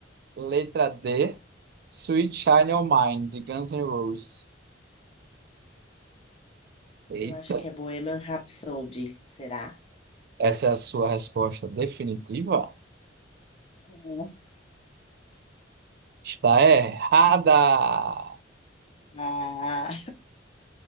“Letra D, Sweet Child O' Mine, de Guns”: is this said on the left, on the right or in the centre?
Right